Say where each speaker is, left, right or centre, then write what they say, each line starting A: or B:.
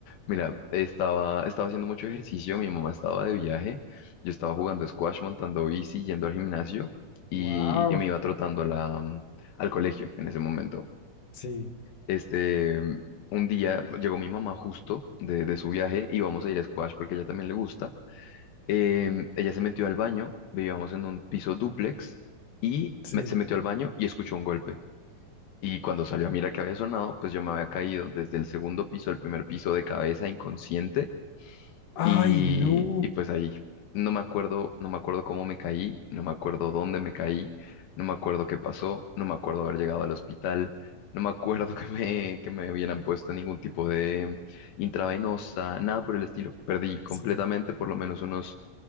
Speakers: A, on the left; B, on the left.
A: Mira, estaba, estaba haciendo mucho ejercicio, mi mamá estaba de viaje, yo estaba jugando squash, montando bici, yendo al gimnasio y,
B: Wow.
A: y me iba trotando a la, mm, al colegio en ese momento.
B: Sí,
A: Este, mm, un día llegó mi mamá justo de, de su viaje y vamos a ir a squash porque a ella también le gusta. Em, ella se metió al baño, vivíamos en un piso dúplex y
B: sí,
A: me- se metió al baño y escuchó un golpe. Y cuando salió a mirar que había sonado, pues yo me había caído desde el segundo piso al primer piso de cabeza inconsciente y,
B: Ay, no.
A: y pues ahí no me acuerdo, no me acuerdo cómo me caí, no me acuerdo dónde me caí, no me acuerdo qué pasó, no me acuerdo haber llegado al hospital, no me acuerdo <laughs> que me, que me hubieran puesto ningún tipo de intravenosa, nada por el estilo. Perdí completamente
B: sí,
A: por lo menos unos